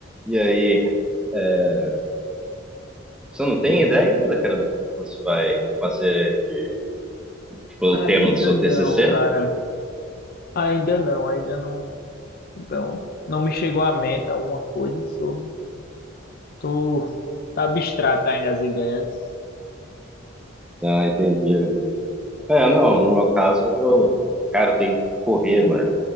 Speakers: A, in the centre; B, on the left.
A: E aí, é, você não tem ideia ainda, cara, do que você vai fazer de, tipo, o
B: Ainda
A: tema do seu
B: não,
A: TCC?
B: cara. Ainda não, ainda não. Então, não me chegou à mente alguma coisa sobre. Tô tá abstrata ainda as ideias.
A: Ah, entendi. É, não, no meu caso, eu, cara, eu tenho que correr, mano,